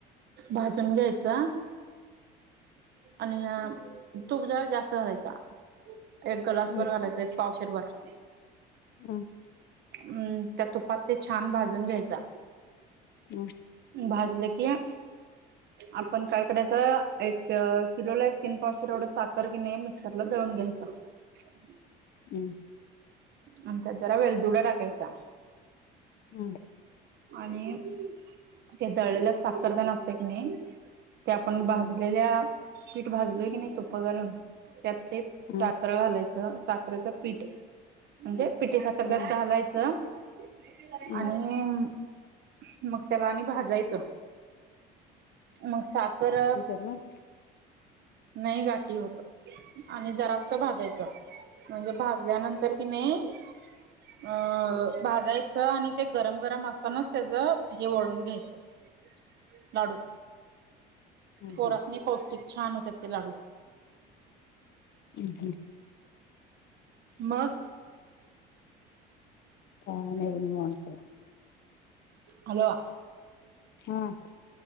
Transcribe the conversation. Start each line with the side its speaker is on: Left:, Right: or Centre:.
Right: भाजून घ्यायचा. आणि अ तूप जरा जास्त घालयचा. एक ग्लासभर
Left: हम्म
Right: घालायचं, एक पावशेरभर
Left: हम,
Right: अम्म, त्या तुपात ते छान भाजून घ्यायचा.
Left: हं,
Right: भाजले की या आपण काय करायच एक किलोला एक तीन पावशे एवढं साखर कि नाही मिक्सरला जळून घ्यायच. <inaudible>
Left: हम्,
Right: आणि त्यात जरा वेलदुडा टाकायचा.
Left: हम्,
Right: आणि ते दळलेलं साखर कण असते क नही ते आपण
Left: हम्म
Right: भाजलेल्या पीठ भाजलोय की नाही, तुप्प घालून त्यात ते
Left: हम्म
Right: साखरं घालायचं साखरेचं पीठ म्हणजे पिटी साखर त्यात
Left: हम्म
Right: घालायचं आणि
Left: हम्म
Right: मग त्याला आणि भाजायचं. मग साखर
Left: पण
Right: नाही गाठी होत. आणि जरास भाजायचं. म्हणजे भाजल्यानंतर कि नाही अ भाजायचं. आणि ते गरम गरम असतानाच त्याचं हे वळून घ्यायचं <inaudible> लाडू
Left: हं,
Right: पोरासनी
Left: हं,
Right: पौष्टिक छान होतात ते लाडू.
Left: हम् हम.
Right: मग
Left: काही नाही निवांत.
Right: हॅलो
Left: हा